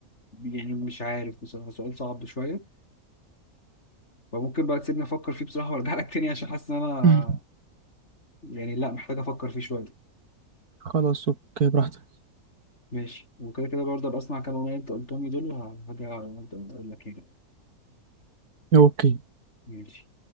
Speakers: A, on the left (about 45°); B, on the right (about 85°).
A: يعني مش عارف بصراحه سؤال صعب شويه فممكن بقى تسيبني افكر فيه بصراحه وارجع لك تاني عشان حاسس ان انا
B: <clears throat>
A: يعني لا محتاج افكر فيه شويه
B: خلاص اوكي براحتك
A: ماشي وكده كده برضه ابقى اسمع كام اغنيه انت قلتهم لي دول وهرجع اقول لك يعني
B: اوكي
A: ماشي